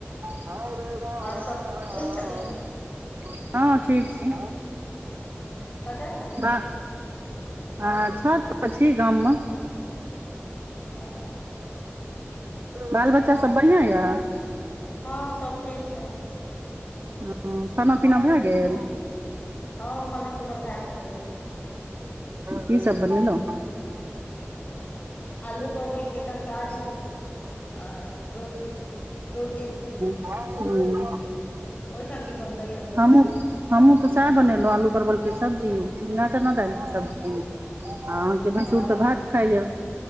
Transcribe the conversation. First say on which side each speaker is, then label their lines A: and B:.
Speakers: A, on the right (about 55°); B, on the left (about 35°).
A: <unintelligible>
B: आओर सब ठीक छथिन
A: हँ ठीक छै
B: कतय छथिन
A: वाह आ छत पर छी गाम मे
B: हाँ
A: बाल बच्चा सब बढ़ियां यऽ
B: हँ सब ठीक छै
A: हँ खाना पीना भए गेल
B: हँ खाना पीना भए गेलैए
A: कि सब बनेलउ
B: आलू परवल के तारकारी आ रोटी रोटी
A: हू
B: ओहि ठाँ की बनलैए
A: हमहूँ हमहूँ तऽ सएह बनेलहुँ आलू परवल के सब्जी झी्गा चना दालि के सब्जी आ भेसूर
B: हँ
A: तऽ भात खाइय